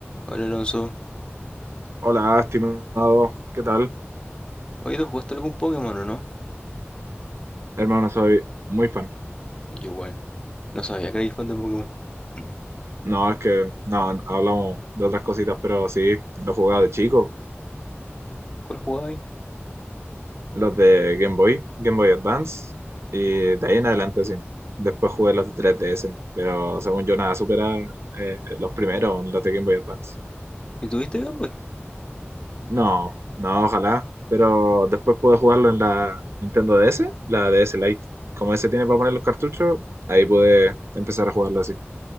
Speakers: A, on the left (about 20°); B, on the right (about 80°).
A: Hola Alonso,
B: Hola, estimado. ¿Qué tal?
A: ¿hoy tú jugaste algún Pokémon o no?
B: Hermano, soy muy fan.
A: Yo igual, no sabía que erais fan de Pokémon. <clears throat>
B: No, es que no, hablamos de otras cositas, pero sí, los jugaba de chico,
A: ¿Cuál jugabais?
B: los de Game Boy, Game Boy Advance, y de ahí en adelante sí. Después jugué los de 3DS, pero según yo nada supera eh, los primeros, los de Game Boy Advance.
A: ¿Y tuviste Game Boy?
B: No, no, ojalá, pero después pude jugarlo en la Nintendo DS, la DS Lite. Como ese tiene para poner los cartuchos, ahí pude empezar a jugarlo así.